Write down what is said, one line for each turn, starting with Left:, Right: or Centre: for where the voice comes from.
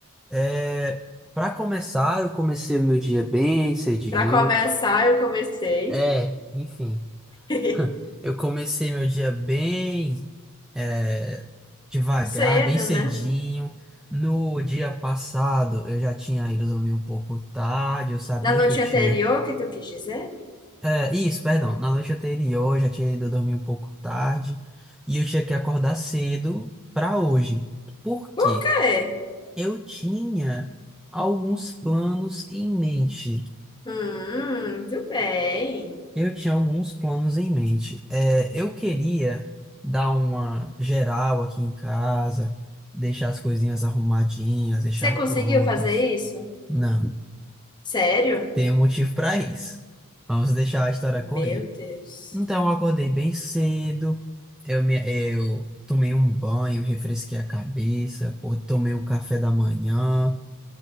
Centre: é, para começar, eu comecei o meu dia bem cedinho.
Left: Pra começar, eu comecei
Centre: É, enfim,
Left: <laughs>
Centre: <laughs> eu comecei meu dia bem é, devagar,
Left: cedo,
Centre: bem cedinho.
Left: né?
Centre: No dia passado, eu já tinha ido dormir um pouco tarde, eu sabia
Left: Na noite
Centre: que eu tinha
Left: anterior, que tu quis dizer?
Centre: É, Isso, perdão. Na noite anterior, eu já tinha ido dormir um pouco tarde e eu tinha que acordar cedo para hoje. Por
Left: Por
Centre: quê?
Left: quê?
Centre: Eu tinha alguns planos em mente.
Left: Hum, muito bem.
Centre: Eu tinha alguns planos em mente. É, eu queria dar uma geral aqui em casa, deixar as coisinhas arrumadinhas, deixar
Left: Você conseguiu
Centre: prontas.
Left: fazer isso?
Centre: Não,
Left: Sério?
Centre: tem um motivo para isso. Vamos deixar a história
Left: Meu
Centre: correr.
Left: Deus.
Centre: Então, eu acordei bem cedo, eu, me, eu tomei um banho, refresquei a cabeça, ou tomei o café da manhã.